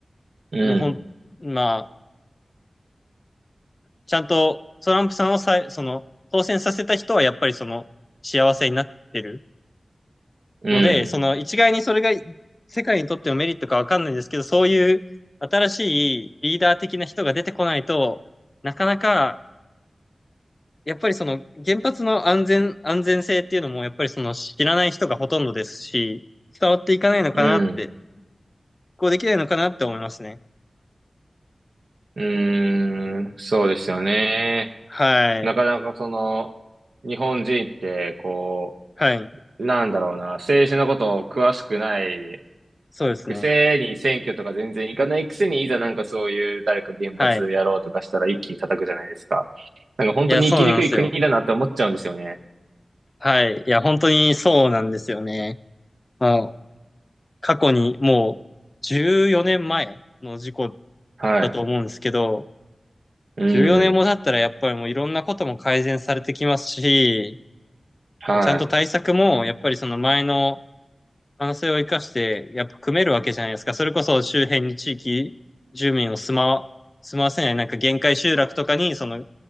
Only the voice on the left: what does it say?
もうほん、まあ、ちゃんとトランプさんをさい、その、当選させた人はやっぱりその、幸せになってる
ので、その一概にそれが世界にとってのメリットかわかんないですけど、そういう新しいリーダー的な人が出てこないと、なかなかやっぱりその原発の安全、安全性っていうのもやっぱりその知らない人がほとんどですし、伝わっていかないのかなって、
こうできないのかなって思いますね。
はい。
はい。
そうですね。
はい。
いや、そうなんですよ。はい。いや、本当にそうなんですよね。まあ、過去にもう14年前の事故
だと思うんですけど、
14年も経ったらやっぱりもういろんなことも改善されてきますし、
ちゃんと対策もやっぱりその前の反省を生かして、やっぱ組めるわけじゃないですか。それこそ周辺に地域住民を住まわ、住まわせない、なんか限界集落とかにその